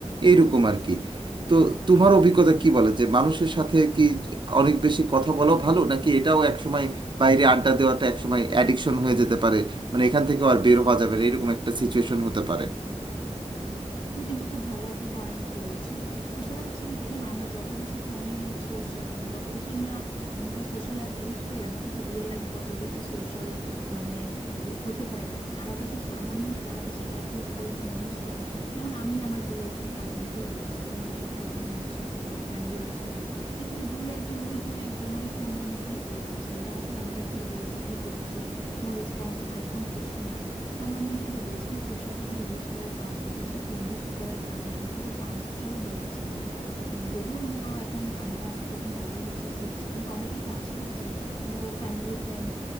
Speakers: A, on the right; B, on the left.
A: এইরকম আর কি তো তোমার অভিজ্ঞতা কি বলে যে মানুষের সাথে কি অনেক বেশি কথা বলা ভালো নাকি এটাও একসময় বাইরে আড্ডা দেওয়াটা একসময় অ্যাডিকশন হয়ে যেতে পারে মানে এখান থেকে আর বের হওয়া যাবে না এরকম একটা সিচুয়েশন হতে পারে
B: তুমি কিন্তু খুব ভালো একটা পয়েন্ট বলেছো আসলে হচ্ছে কি কি জানো আমরা যত বেশি ফোনে সোশ্যাল মানে যত বেশি আমরা মনে করো সোশ্যাল অ্যাপ ইউজ করি আমরা কিন্তু রিয়েল লাইফে তত বেশি সোশ্যাল মানে হ- হতে পারি না যারা বেশি so- আমার মনে হয় যে যারা বেশি অ্যাপ ইউজ করে ফোন ইউজ করে যেমন আমি আমার দুই একজন কাজিনকেই দেখি যখন আমরা সব কাজিনরা একসাথে হই ফ্যামিলি একসাথে হই দেখি যে দুই একজন ওই দুই একজন ওই ফোনের মধ্যেই পড়ে আছে ওরা আসলে আমরা কি বলছি কি করছি কোনো রেসপন্স নাই কোনো কিছু নাই তো আমার মনে হয় যে বেশি সোশ্যাল মিডিয়া ইউজ করার কারণে বা বেশি ফোন ইউজ করার কারণে আমরা কিন্তু একটু আনসোশ্যালও হয়ে যাচ্ছি মানে উম, যদিও মনে করো এখন আমরা হয়তো এখন বড় হচ্ছি শিখছি কিন্তু অনেকেই তো আছে না যে মনে করো ফ্যামিলি ফ্রেন্ডস